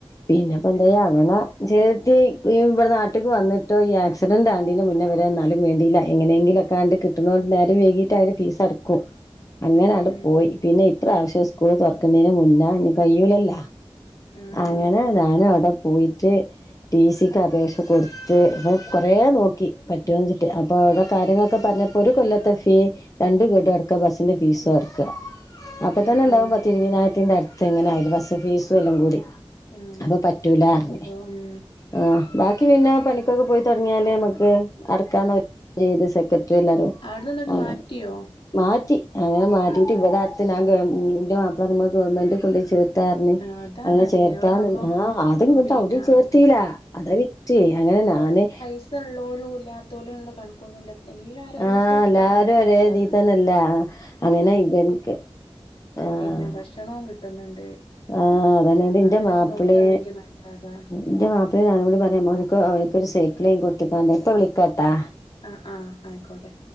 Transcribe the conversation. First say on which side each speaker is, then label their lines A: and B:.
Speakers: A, on the left; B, on the left.
A: പിന്നെപ്പോന്താ
B: ആഹ് ആഹ്
A: അവനെ ചേർത്തി ഇവിട്ന്ന് ന്നാട്ട്ക്ക് വന്നിട്ടോ ഈ ആക്സിഡന്റ് ആണ്ടേന്റെ മുന്നെവരെ എന്നാലും വേണ്ടില്ല എങ്ങനെങ്കിലും അടക്കാണ്ട് കിണ്ടണോണ്ട് നേരം വൈകീട്ടായാലും ഫീസ് അട്ക്കും. അങ്ങനണ്ട്
B: ഉം ഉം
A: പോയി പിന്നെ ഇപ്രാവശ്യം സ്കൂൾ തൊർക്ക് ന്നേനെ മുന്നേ കഴൂലല്ലോ.
B: ആഹ്
A: അങ്ങനെ
B: ആഹ് അതെ
A: നാനും അവിടെ പോയിട്ട് ടി സി ക്ക് അപേക്ഷ കൊട്ത്ത് അപ്പൊ കൊറേ നോക്കി പറ്റോച്ചിട്ട് അപ്പൊ അവിടെ കാര്യങ്ങളൊക്കെ പറഞ്ഞപ്പോ ഒരു കൊല്ലത്തെ ഫീ രണ്ടു ഗണ്ടു അടക്ക ബസ്സിന്റെ ഫീസും അടക്ക അപ്പൊ
B: ആഹ്
A: തന്നെ ഇണ്ടാവും
B: ആഹ്
A: പത്ത ഇരുവിതിനായിരത്തിന്റെ അടുത്ത് എങ്ങനെ ആ ബസ് ഫീസും എല്ലും കൂടി
B: ആഹ്
A: അപ്പൊ പറ്റുല്ലറഞ്
B: അപ്പൊ ഉം
A: ആ ബാക്കി ബാക്കി പിന്നെ പണിക്കൊക്കെ പോയി തുടങ്ങിയാല് നമുക്ക് അടക്കാ <unintelligible> <inaudible> എല്ലാരും
B: അവിടുന്ന് എന്നിട്ട്
A: അങ്ങനെ
B: മാറ്റിയോ
A: <unintelligible> അങ്ങനെ മാറ്റിട്
B: ആഹ്
A: ഇവിടെ
B: ആഹ്
A: അടുത്ത് ഗവ- ഉം എന്റെ മാപ്പിള പറയുമ്പോ ഗവൺമെന്റ് കൊണ്ട ചേർത്ത പറഞ്ഞ്
B: ആഹ് അതാ
A: അങ്ങനെ
B: നല്ലേ
A: ചേർത്താന്ന്
B: അതാവുമ്പോ
A: <unintelligible> ആ അതും കിട്ട
B: പിന്നെ
A: അവിടെ ചേർത്തില അതാ വിറ്റ് അങ്ങനെ ഞാന്
B: പൈസഉള്ളരും ഇല്ലാത്തലും ഉള്ള കണ <unintelligible> എല്ലാരും ഒരു
A: ആഹ്
B: വിധം ആൾക്കാരും
A: എല്ലാരും
B: ഗവണ്മെന്റലാ
A: ഒരേ ഇതീ തന്നെല്ല അങ്ങനെ ഇവൻക്ക് ആഹ്
B: പിന്നെ ഭക്ഷണവും കിട്ടുന്നുണ്ട്
A: ആഹ് അതേനാടി ന്റെ
B: അങ്ങനെയൊക്കെ
A: മാപ്പിളെ
B: നോക്കുകയാണെങ്കിൽ നല്ലതാ
A: എന്റെ മാപ്പിളെ നാനും കൂടി പറയാൻ <unintelligible> <unintelligible> അവനക്കൊരു സൈക്കിളേും വാങ്ങികൊടുതുങ്ങേണ്ട ഇപ്പ വിളിക്കാട്ടാ
B: ആ ആഹ് ആയിക്കോട്ടെ